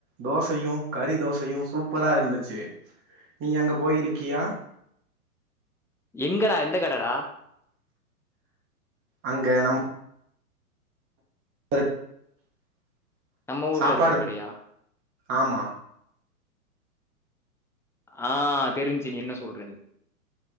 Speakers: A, on the right (about 30°); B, in the centre.
A: தோசையும் கறி தோசையும் சூப்பரா இருந்துச்சு நீ அங்க போயிருக்கியா
B: எங்கடா எந்த கடடா
A: அங்க நம் <unintelligible>
B: நம்ம
A: சாப்பாடு
B: ஊர்ல இருக்கிற கடையா
A: ஆமா
B: ஆ தெரிஞ்சி நீ என்ன சொல்றேனு